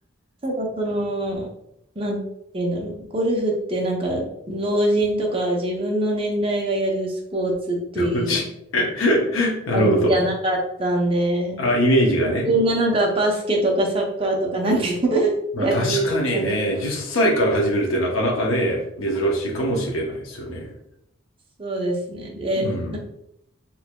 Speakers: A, on the right; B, on the left.
A: ただ、その、なんて言うんだろう。ゴルフってなんか、老人とか自分の年代がやるスポーツっていう
B: うち <laughs> なるほど。
A: 感じじゃなかったんで、
B: あ、イメージがね。
A: みんななんかバスケとかサッカーとかなんか <laughs>
B: まあ確かにね、
A: 野球とかなんか、
B: 10歳から始めるってなかなかね、珍しいかもしれないですよね。
A: そうですね。で、
B: うん。